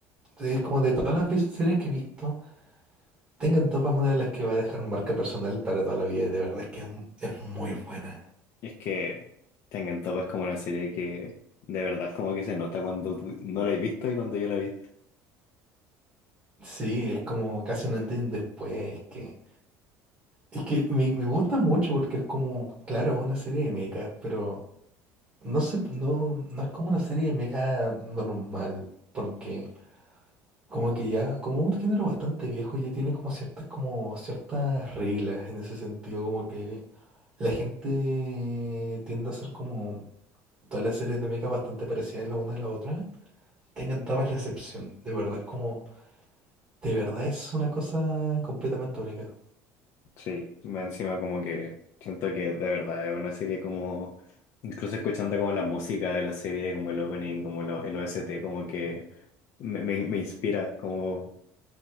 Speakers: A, on the right (about 25°); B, on the left (about 50°).
A: Es como de todas las veces- series que he visto, Tengan Topa es una de las que va a dejar marca personal para toda la vida. y De verdad es que es, un- es muy buena.
B: Es que Tengen Toppa es como una serie que de verdad como que se nota cuando tú no la has visto y cuando yo la he visto.
A: Sí, es como casi un antes y un después. Es que, es que me, me gusta mucho porque es como, claro, es una serie de mechas, pero no sé, no, no es como una serie de mechas normal. Porque como que ya, como un género bastante viejo, ya tiene como ciertas, como ciertas reglas en ese sentido, como que la gente tiende a ser como todas las series de mecha bastante parecidas la una a la otra. Te encantaba es la excepción, de verdad, es como, de verdad es una cosa completamente única.
B: Sí, más encima como que siento que de verdad es una serie como, incluso escuchando como la música de la serie, como el opening, como lo- el OST, como que me, me- me inspira, como,